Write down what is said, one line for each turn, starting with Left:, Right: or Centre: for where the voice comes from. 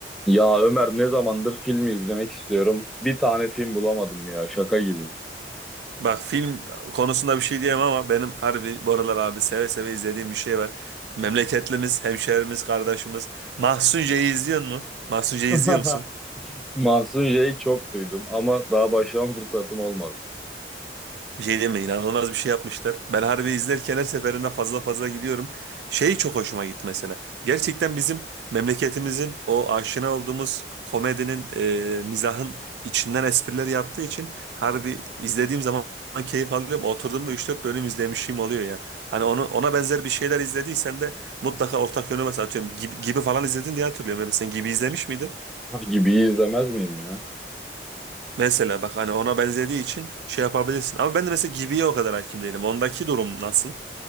Centre: Ya Ömer ne zamandır filmi izlemek istiyorum. Bir tane film bulamadım ya şaka gibi.
Right: Bak film konusunda bir şey diyemem ama benim harbi bu aralar abi seve seve izlediğim bir şey var. Memleketlimiz, hemşehrimiz, kardeşimiz. Mahsun C'yi izliyor mu? Mahsun C'yi
Centre: <laughs>
Right: izliyor musun?
Centre: Mahsun J'yi çok duydum ama daha başlama fırsatım olmadı.
Right: Bir şey deme inanılmaz bir şey yapmışlar. Ben harbi izlerken her seferinde fazla fazla gidiyorum. Şey çok hoşuma gitti mesela. Gerçekten bizim memleketimizin o aşina olduğumuz komedinin, e, mizahın içinden espriler yaptığı için harbi izlediğim zaman keyif alıyorum. Oturduğumda üç dört bölüm izlemişim oluyor ya. Hani onu, ona benzer bir şeyler izlediysen de mutlaka ortak yönü mesela atıyorum. Gibi, gibi falan izledin diye hatırlıyorum. Ya Mesela gibi izlemiş miydin?
Centre: Gibi izlemez miyim ya?
Right: Mesela bak hani ona benzediği için şey yapabilirsin. Ama ben de mesela Gibi'ye o kadar hakim değilim. Ondaki durum nasıl?